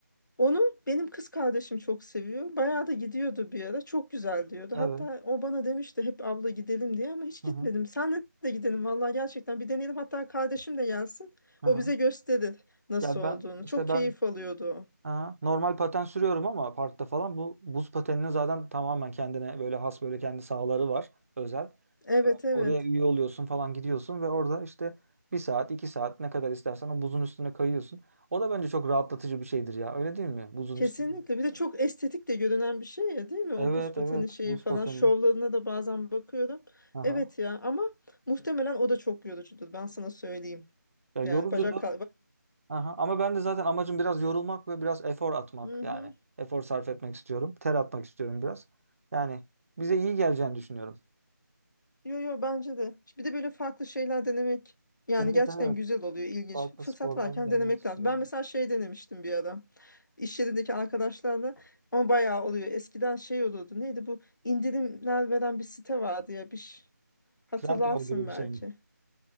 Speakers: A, on the left; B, on the right.
A: Onu benim kız kardeşim çok seviyor. Bayağı da gidiyordu bir ara. Çok güzel diyordu.
B: Evet.
A: Hatta o bana demişti hep abla gidelim diye ama hiç
B: Hı
A: gitmedim.
B: hı.
A: Senle de gidelim vallahi gerçekten bir deneyelim. Hatta kardeşim de gelsin.
B: Hı
A: O
B: hı.
A: bize gösterir nasıl
B: Ya
A: olduğunu.
B: ben işte
A: Çok
B: ben
A: keyif alıyordu o.
B: aha, normal paten sürüyorum ama parkta falan bu buz pateninin zaten tamamen kendine böyle has böyle kendi sahaları var özel.
A: Evet
B: Ee,
A: evet.
B: Oraya üye oluyorsun falan gidiyorsun ve orada işte bir saat iki saat ne kadar istersen o buzun üstüne kayıyorsun. O da bence çok rahatlatıcı bir şeydir ya öyle değil mi? Buzun
A: Kesinlikle.
B: üstünde.
A: Bir de çok estetik de görünen bir şey ya değil mi? O
B: Evet
A: buz pateni
B: evet
A: şeyi
B: buz
A: falan
B: pateni.
A: şovlarına da bazen bakıyorum.
B: Aha.
A: Evet ya ama muhtemelen o da çok yorucudur. Ben sana söyleyeyim.
B: Ya
A: Yani
B: yorucudur
A: bacak...
B: Aha, ama ben de zaten amacım biraz yorulmak ve biraz efor atmak
A: Hı-hı.
B: yani. Efor sarf etmek istiyorum. Ter atmak istiyorum biraz. Yani bize iyi geleceğini düşünüyorum.
A: Yo yo bence de. Bir de böyle farklı şeyler denemek yani
B: Evet
A: gerçekten
B: evet.
A: güzel oluyor, ilginç.
B: Farklı
A: Fırsat
B: sporları
A: varken
B: denemek
A: denemek
B: istiyorum.
A: lazım. Ben mesela şey denemiştim bir ara. İş yerindeki arkadaşlarla ama bayağı oluyor. Eskiden şey olurdu. Neydi bu? indirimler veren bir site vardı ya. Bir ş- hatırlarsın
B: Trendyol gibi bir
A: belki.
B: şey mi?